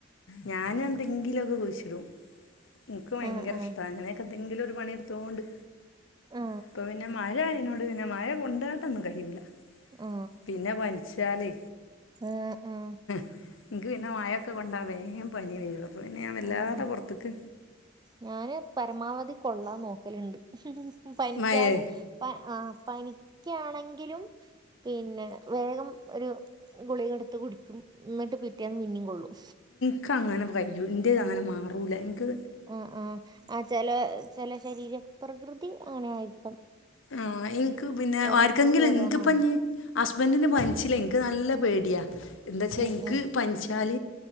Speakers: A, on the left; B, on the right.
A: ഞാന് എന്തെങ്കിലൊക്കെ കുഴിച്ചിടും എനിക്കും ഭയങ്കര
B: ആ ആ
A: ഇഷ്ട അങ്ങനെയൊക്കെ എന്തെങ്കിലും ഒരു പണിയെടു തോണ്ട്.
B: ആ
A: ഇപ്പൊ പിന്നെ മഴ ആയിനോട് പിന്നെ മഴ കൊണ്ടാട്ടൊന്നും കഴൂല.
B: ആ
A: പിന്നെ പൻച്ചാല്
B: ആ ആ
A: എനിക്ക് പിന്നെ മയൊക്കെ കൊണ്ടാ വേം പനി വരും അപ്പൊ പിന്നെ ഞാൻ വല്ലാതെ
B: ആ ആ
A: പുറത്തക്ക്
B: ഞാന് പരമാവധി കൊള്ളാൻ നോക്കലുണ്ട് പനിച്ചാലും
A: മഴേ
B: ആഹ് പനിക്കാണെങ്കിലും പിന്നെ വേഗം ഒരു ഗുളികെടുത്ത് കുടിക്കും ന്നിട്ട് പിറ്റേന്ന് പിന്നെ കൊള്ളും
A: ഇക് അങ്ങനെ കയ്യു ഇൻ്റ ഇത് അങ്ങനെ മാറൂല എനിക്ക്
B: ആഹ് ആഹ് ആഹ് ചെല ചെല ശരീര പ്രകൃതി അങ്ങനെ ആയിരിക്കാം
A: ആഹ് ഇനിക്ക് പിന്നെ
B: ഓരോരുത്തർക്കും
A: ആർക്കെങ്കിലും
B: ഓരോന്നാണല്ലോ
A: നിക്ക് പ്പഞ്ഞീ ഹസ്ബൻഡന് പനിച്ചില്ലേനിക്ക് നല്ല പേടിയാന്താച്ചാൽ
B: ഉം
A: എനിക്ക്
B: ഉം
A: പനിച്ചാൽ